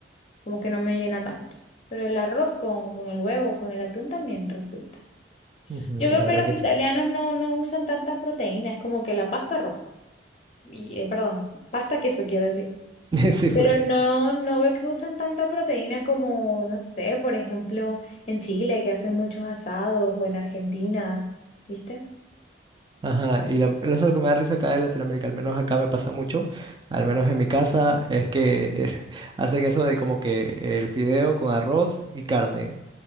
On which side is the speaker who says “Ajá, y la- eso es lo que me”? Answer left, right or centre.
Right